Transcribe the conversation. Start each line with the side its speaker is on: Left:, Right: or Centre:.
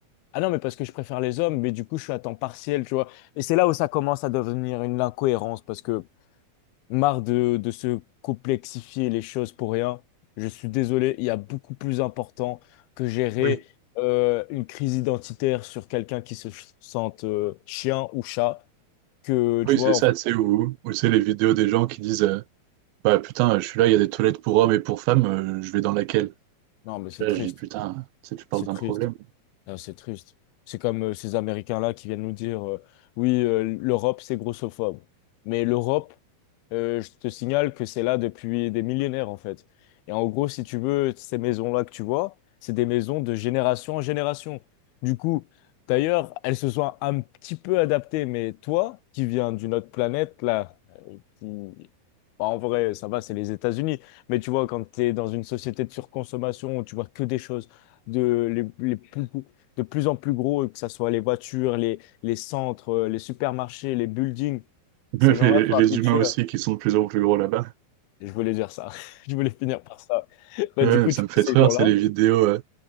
Left: Ah non, mais parce que je préfère les hommes, mais du coup je suis à temps partiel, tu vois. Et c'est là où ça commence à devenir une incohérence, parce que marre de, de se complexifier les choses pour rien. Je suis désolé, il y a beaucoup plus important que gérer
Right: Oui,
Left: euh, une crise identitaire sur quelqu'un qui se ch- sente euh, chien ou chat que, tu
Right: oui,
Left: vois,
Right: c'est ça,
Left: enfin,
Right: tu sais, où, où c'est les vidéos des gens qui disent euh, Bah putain, je suis là, il y a des toilettes pour hommes et pour femmes, euh, je vais dans laquelle?
Left: non, mais c'est
Right: Je, suis là,
Left: triste,
Right: je dis putain, tu sais, tu parles
Left: c'est
Right: d'un
Left: triste.
Right: problème.
Left: Ah, c'est triste. C'est comme euh, ces Américains-là qui viennent nous dire euh, oui, euh, l'Europe, c'est grossophobe. Mais l'Europe, euh, je te signale que c'est là depuis des millénaires, en fait. Et en gros, si tu veux, ces maisons-là que tu vois, c'est des maisons de génération en génération. Du coup, d'ailleurs, elles se sont un petit peu adaptées. Mais toi, qui viens d'une autre planète, là, euh, qui... bah, en vrai, ça va, c'est les États-Unis. Mais tu vois, quand tu es dans une société de surconsommation où tu vois que des choses de les, les plus de plus en plus gros, que ce soit les voitures, les, les centres, euh, les supermarchés, les buildings.
Right: Bref,
Left: Ces gens-là
Right: <laughs> Et les,
Left: sont
Right: les
Left: habitués.
Right: humains aussi qui sont de plus en plus gros là-bas.
Left: Je voulais dire ça. <laughs> Je voulais finir par ça. Bah,
Right: Ouais,
Left: du coup,
Right: ça
Left: tu
Right: me fait
Left: vois
Right: trop
Left: ces gens-là.
Right: rire, c'est les vidéos. euh,